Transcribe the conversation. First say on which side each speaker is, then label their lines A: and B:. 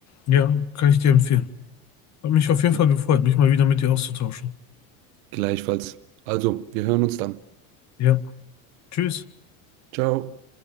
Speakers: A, on the left (about 40°); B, on the right (about 80°).
A: Ja, kann ich dir empfehlen. Hat mich auf jeden
B: Die
A: Fall gefreut, mich mal wieder mit dir auszutauschen.
B: Gleichfalls. Also, wir hören uns dann.
A: Ja, tschüss.
B: Ciao.